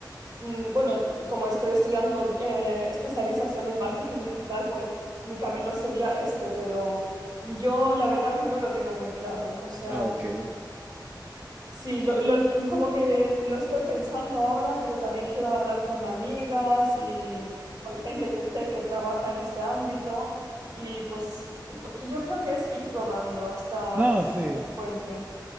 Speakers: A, on the right (about 60°); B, on the right (about 20°).
A: mm, bueno, como estoy estudiando eh, especialización en marketing digital, pues mi camino sería este, pero yo la verdad que no lo tengo muy claro, o sea...
B: Ah, Ok.
A: Sí, lo, lo- como que lo estoy pensando ahora, pero también quiero hablar con amigas y con gente que sé que trabaja en este ámbito y pues bu- y yo creo que es ir probando hasta
B: No, sí.
A: que lo encuentre.